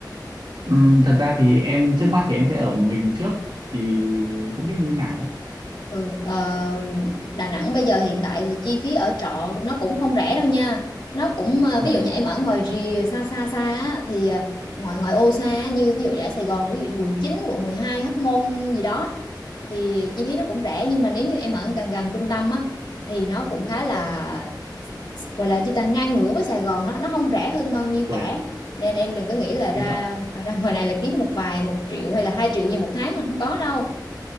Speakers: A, on the right; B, on the left.
A: Ừm, thật ra thì em trước mắt thì em sẽ ở một mình trước thì không biết như thế nào
B: Ừ, ờ, Đà Nẵng bây giờ hiện tại thì chi phí ở trọ nó cũng không rẻ đâu nha nó cũng ờ,
A: dạ
B: ví
A: vâng
B: dụ như em ở ngoài rìa xa xa xa á, thì ờ, ngoài ngoài ô xa á, như ví dụ như ở Sài Gòn ví dụ như quận chín quận mười hai Hóc Môn gì đó thì chi phí nó cũng rẻ nhưng mà nếu như em ở gần gần trung tâm á thì nó cũng khá là gọi là chúng ta ngang ngửa với Sài Gòn nó nó không rẻ hơn bao nhiêu
A: Uầy,
B: cả nên em đừng có nghĩ là ra
A: thế cơ ạ.
B: ra ngoài này là kiếm một vài một triệu hay là hai triệu gì một tháng là không có đâu